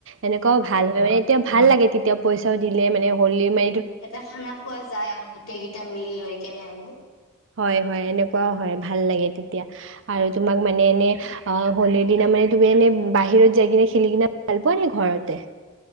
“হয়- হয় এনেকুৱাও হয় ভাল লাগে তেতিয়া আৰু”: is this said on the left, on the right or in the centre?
Right